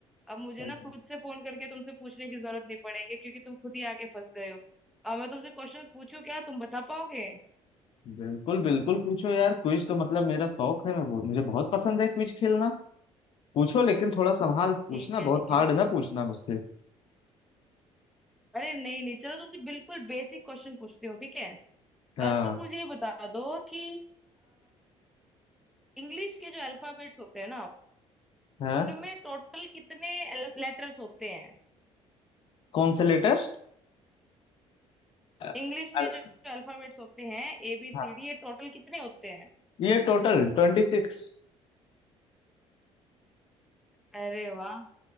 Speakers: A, in the centre; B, on the left (about 50°).
A: अब मुझे
B: बिल-
A: ना खुद से फोन करके तुमसे पूछने की जरूरत नहीं पड़ेगी क्योंकि तुम खुद ही आके फंस गए हो अब मैं तुमसे क्वेश्चंस पूछूं क्या तुम बता पाओगे
B: बिल्कुल बिल्कुल पूछो यार क्विज तो मतलब मेरा शौक है मैं वो मुझे बहुत पसंद है क्विज खेलना पूछो लेकिन थोड़ा संभाल के
A: ठीक
B: पूछना
A: है ठीक
B: बहुत हार्ड
A: है
B: ना पूछना मुझसे
A: अरे नहीं नहीं चलो तुमसे बिल्कुल बेसिक क्वेश्चन पूछती हूँ ठीक है
B: हाँ
A: अ, तुम मुझे ये बता दो कि इंग्लिश के जो अल्फाबेट्स होते हैं ना
B: हाँ
A: उनमें टोटल कितने लेटर्स होते हैं
B: कौन से लेटर्स अ-
A: इंग्लिश में
B: अ-
A: जो अल्फाबेट्स होते हैं ए बी सी
B: हाँ
A: डी ये टोटल कितने होते हैं
B: ये टोटल ट्वेंटी सिक्स
A: अरे वाह